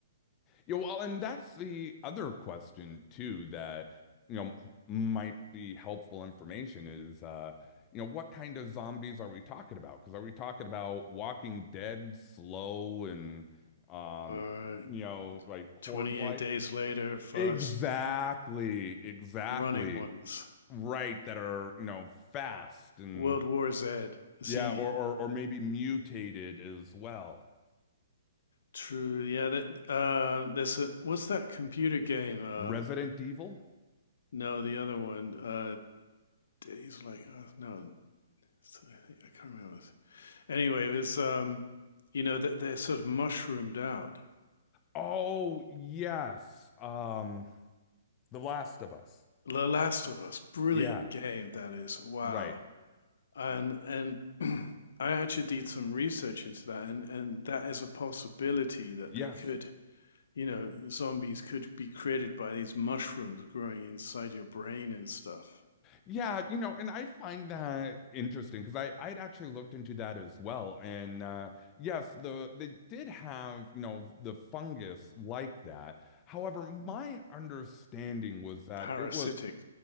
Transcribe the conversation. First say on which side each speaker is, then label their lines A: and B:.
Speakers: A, on the left (about 25°); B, on the left (about 70°).
A: Yeah, well, and that's the other question too that, you know, might be helpful information is, uh, you know, what kind of zombies are we talking about? Because are we talking about Walking Dead, slow and, um,
B: or
A: you know, like horde
B: 28
A: like?
B: Days Later, Fast
A: Exactly, exactly.
B: Running Ones.
A: right that are you know fast and
B: World War Z.
A: yeah
B: Z.
A: or or, or maybe mutated as well
B: True. Yeah. That. Um. There's a. What's that computer game? Um.
A: resident evil
B: No, the other one. Uh. He's like. Oh, no. it's- I think- I can't remember. Anyway, it was. Um. You know that they're sort of mushroomed out.
A: oh yes um the last of us
B: The Last of Us. Brilliant
A: yeah
B: game that is. Wow.
A: right
B: And and. <clears throat> I actually did some research into that, and, and that is a possibility that
A: yes
B: they could you know, zombies could be created by these mushrooms growing inside your brain and stuff.
A: yeah you know and i find that interesting because i i'd actually looked into that as well and uh yes the they did have you know the fungus like that however my understanding was that
B: Parasitic
A: it was